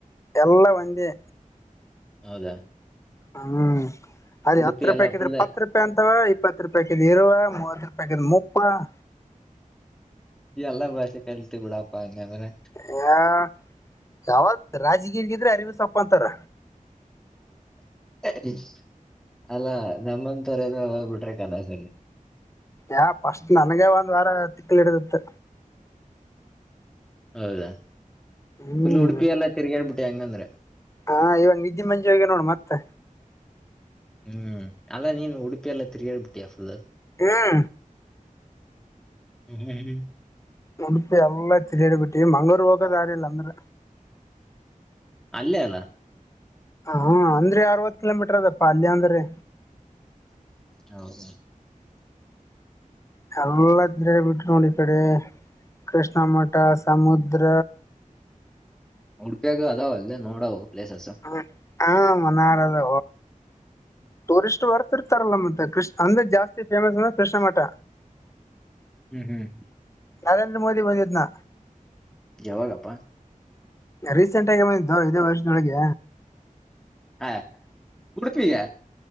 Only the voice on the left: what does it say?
ಎಲ್ಲ ಒಂದೆ
ಹ್ಮ್ ಅರಿ
ಹತ್ತು ರೂಪಾಯಿ
ಹಾಕಿದ್ರ
ಪತ್ತು ರೂಪಾಯಿ ಅಂತವ ಇಪ್ಪತ್ತು ರೂಪಾಯಿ ಹಾಕಿದ್ರೆ ಇರುವೆ ಮೂವತ್ ರೂಪಾಯಿ ಹಾಕಿದ್ರೆ ಮುವ ಹಾಂ
ಹ ಯಾವಾಗ ರಾಜಗೀಗಿದ್ರೆ ಅರಿವು ಸಪ್ಪ ಅಂತಾರ
ಯ ಫಸ್ಟ್ ನನಗೆ ಒಂದ್ ವಾರ ತಿಕ್ಕಲಿ ಹಡಿದತ್
ಹ್ಮ್
ಹಾ ಇವಾಗ ನಿಧಿ ಮಂಜುಗೆ ನೋಡು ಮತ್ತೆ
ಹ್ಮ
ಉಡುಪಿ ಎಲ್ಲಾ ತಿರುಗಿಡಿ ಬಿಟ್ಟಿ ಮಂಗ್ಳೂರು ಹೋಗೋದಾರಿಲ್ಲ ಅಂದ್ರೆ
ಹ್ಮ್ ಅಂದ್ರೆ ಅರವತ್ ಕಿಲೋಮೀಟರ್ ಅದಪ್ಪ ಅಲ್ಲೆ ಅಂದ್ರೆ
<unintelligible> ಈ ಕಡೆ ಕೃಷ್ಣ ಮಠ ಸಮುುದ್ರ
ಹ ಹ ಮನಾರದ ಟೂರಿಸ್ಟ್ ಬರ್ತಿರ್ತಾರಲ್ಲ ಮತ್ತೆ ಕೃಷ ಅಂದ್ರೆ ಜಾಸ್ತಿ ಫೇಮಸ್ ಅಂದ್ರೆ ಕೃಷ್ಣ ಮಠ
ನರೇಂದ್ರ ಮೋದಿ ಬಂದಿತನಾ
ರೀಸೆಂಟ್ ಬಂದಿದ್ದೋ ಇದೇ ವರ್ಷದೊಳಗೆ